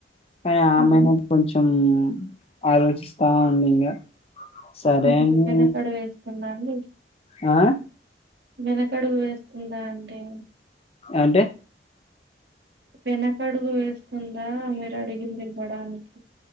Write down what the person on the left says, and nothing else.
కానీ ఆమెనే
కొంచ్ కొంచెం ఆలోచిస్తా ఉంది ఇంగా సరేని
ఆ
అంటే